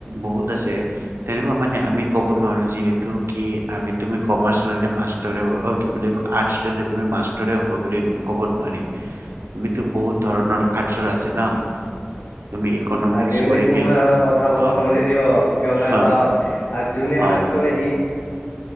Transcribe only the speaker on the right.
বহুত আছে তেনেকুৱা মানে আমি ক'ব নোৱাৰোঁ যিহেতু কি আমি, তুমি কমাৰ্চ ল'লে মাষ্টৰে অ', কি বুলি কয়, আৰ্টচ ল'লে তুমি মাচ হ'ব বুলি ক'ব নোৱাৰি তুমিতো বহুত ধৰণৰ খচৰ আছে ন তুমি ইকনমিক্স
পঢ়িকে
অ
অ
অ